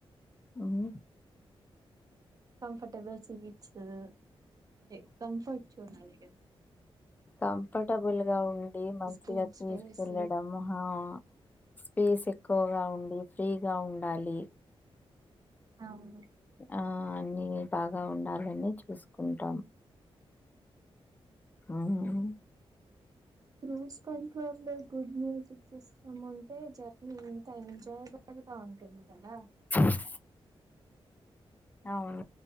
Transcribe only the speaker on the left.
ఉహ్
కంఫర్టబుల్గా ఉండి మంచిగా
తీసుకెళ్లడం
హా స్పేస్ ఎక్కువగా ఉండి ఫ్రీగా ఉండాలి.
ఆ అన్ని బాగా ఉండాలని చూసుకుంటాం. ఆహా
స <inaudible> అవును.